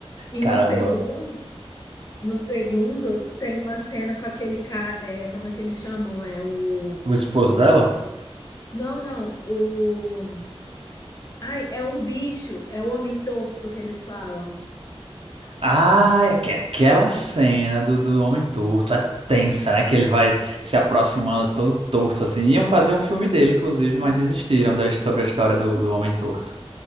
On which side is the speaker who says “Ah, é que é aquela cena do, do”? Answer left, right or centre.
Right